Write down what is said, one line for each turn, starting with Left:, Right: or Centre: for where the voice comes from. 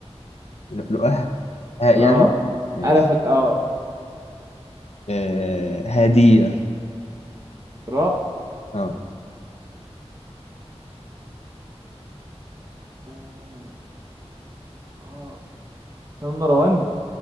Left: لؤلؤه ها يعني
Right: اه
Left: ماشي
Right: انا ف... اه
Left: آه هدير
Right: راء
Left: اه
Right: آه آه. إحنا قلنا روان